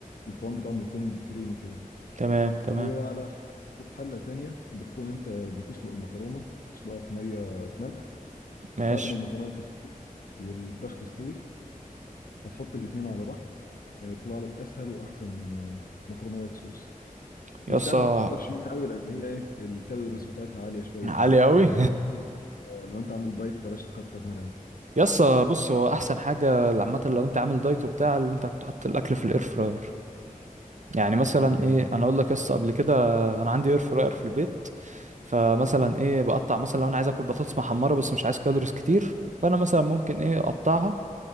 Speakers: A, on the left (about 85°); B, on the right (about 55°).
A: القوام بتاعهم يكون كريمي كده
B: تمام تمام
A: وعلى وفي حله تانية بتكون انت بتسلق المكرونه تسلقها في ميه بملح
B: ماشي
A: بعد ما المكرونه تستوي والفراخ تستوي هتحط الاتنين على بعض آه، يطلع لك اسهل واحسن آه، مكرونه وايت صوص
B: يسطا
A: بس يعني ما تكترش منها قوي لان هي ايه الكالوريز بتاعتها عاليه شويه
B: عالي
A: فات
B: قوي
A: آه، لو آه، لو انت عامل دايت بلاش تكتر منها
B: <laughs> يسطا بص هو احسن حاجة عامة لو انت عامل دايت وبتاع اللي انت تحط الاكل في الاير فراير يعني مثلا
A: اه
B: ايه انا اقول لك يس قبل كده انا عندي اير فراير في البيت فمثلا ايه بقطع مثلا لو انا عايز اكل بطاطس محمره بس مش عايز كالوريز كتير فانا مثلا ممكن ايه اقطعها